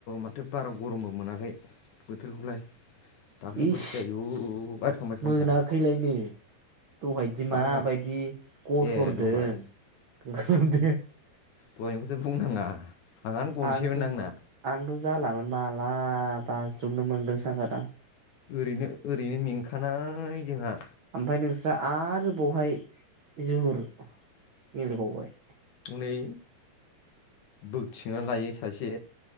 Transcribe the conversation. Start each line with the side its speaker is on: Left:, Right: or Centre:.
Left: माथो बारा गरमबो मोनाखै बोथोरखौलाय दाख्लैफोरसो
Right: इस
Left: आयु बायखां बायखांथार
Right: मोनाखैलायनो दहायदि माबायदि
Left: आंहा
Right: गसरदों
Left: ए दहाय
Right: गोदो <unintelligible>
Left: <unintelligible> ' बुंनाङा आंहानो गनोसैमोन
Right: आंदस
Left: आंना
Right: आंदस <unintelligible> जालाोन माला बाज्रुमनो मोनगोनसो सानखादां।
Left: ओरैनो ओरैनो मेंखानाय जोंहा
Right: ओमफफ्राय नोंस्रा आरो बावहाय जोलुर गेलेबावबाय
Left: हनै बोगथिंना लायो सासे